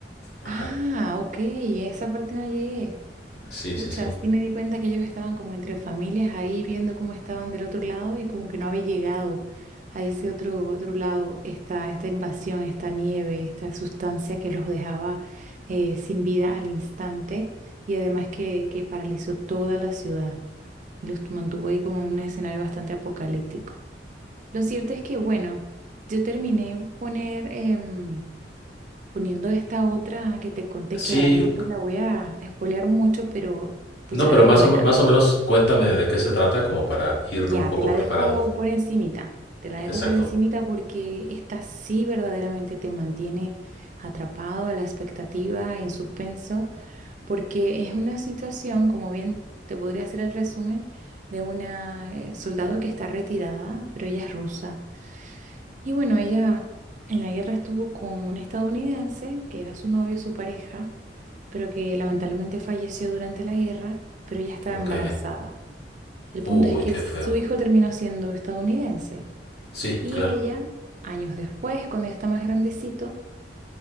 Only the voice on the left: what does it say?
Ajá,
sí,
sí, sí.
Sí,
no, pero
más
o, me- más o menos cuéntame de qué se trata, como para ir
un poco
preparado.
Exacto.
Ok.
Uy,
qué
feo.
Sí,
claro.